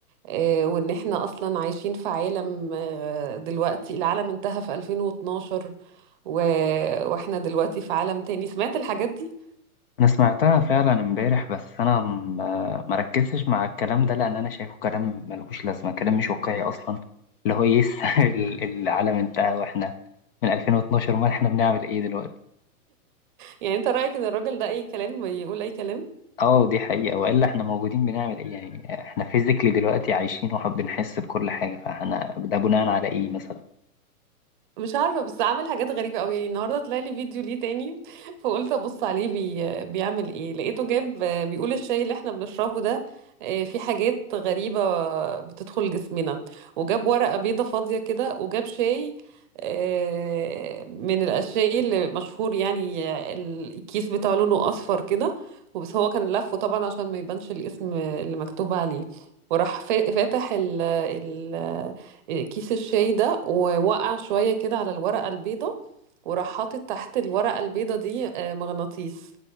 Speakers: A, on the right; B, on the left.
A: آه، وان احنا اصلا عايشين في عالم آه، دلوقتي العالم انتهى في 2012 و... واحنا دلوقتي في عالم تاني سمعت الحاجات دي
B: انا سمعتها فعلا امبارح بس انا م- ما ركزتش مع الكلام ده لان انا شايفه كلام ملوش لازمة كلام مش واقعي اصلا اللي هو ايه الس- <laughs> ال- العالم انتهى واحنا من 2012 ما احنا بنعمل ايه دلوقتي؟
A: يعني انت رأيك ان الراجل ده اي كلام بيقول اي كلام
B: اه دي حقيقة والا احنا موجودين بنعمل ايه يعني احنا فيزيكلي دلوقتي عايشين وبنحس بكل حاجة فاحنا ده بناء على ايه مثلا؟
A: مش عارفة بس عامل حاجات غريبة قوي يعني النهاردة طلع لي فيديو ليه تاني <laughs> فقلت ابص عليه بي... بيعمل ايه لقيته جاب آه، بيقول الشاي اللي احنا بنشربه ده آه، فيه حاجات غريبة بتدخل جسمنا وجاب ورقة بيضة فاضية كده وجاب شاي آه، من الشاي اللي مشهور يعني آه، الكيس بتاعه لونه اصفر كده وبس هو كان لفه طبعا عشان ما يبانش الاسم اللي مكتوب عليه وراح فا- فاتح ال ال كيس الشاي ده ووقع شوية كده على الورقة البيضة وراح حاطط تحت الورقة البيضة دي آه، مغناطيس